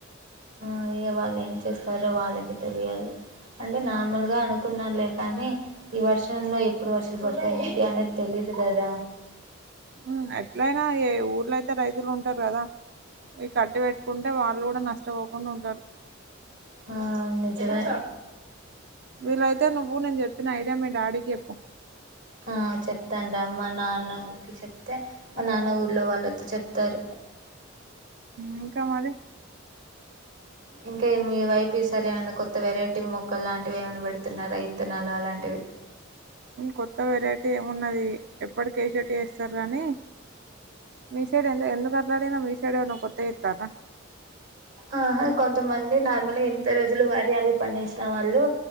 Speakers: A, on the right; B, on the right.
A: అయ్యో వాళ్ళు ఏం చేస్తారో వాళ్ళకే తెలియాలి అంటే నార్మల్గా అనుకున్న లే కానీ ఈ వర్షన్ లో ఎప్పుడు వర్షలు పడతాయి ఏంటి అనేది తెలియదు యదు కదా
B: మ్ ఎట్లయినా ఏ ఊర్లో అయితే రైతులు ఉంటారు కదా ఈ కట్టి పెట్ ఉంటే వాళ్ళు కూడా నష్టపోకుండా ఉంటారు
A: ఆ నిజమే
B: వీళ్లైతే నువ్వు నేను చెప్పిన ఐడియా మీ డాడీకి చెప్పు
A: ఆ చెప్తాన్రా మ నాన్నకి చెప్తే మా నాన్న ఊర్లో వాళ్ళతో చెప్తారు
B: ఇంక మరి
A: ఇంకా మీ వైపు ఈ సారి ఏమైనా కొత్త వెరైటీ మొక్కలు లాంటివి ఏమైనా పెడుతున్నారా ఇత్తనాలు అలాంటివి
B: కొత్త వెరైటీ ఏమున్నది ఎప్పటికేసేటియే ఏస్తారు కానీ మీ సైడ్ ఎందు ఎందుకట్ల అడిగినవ్ మీ సైడ్ ఏమైన కొత్తగ ఎత్తారా
A: ఆహా కొంతమంది నార్మల్ గా ఎంత రోజులు వారి అవి పండించిన వాళ్ళు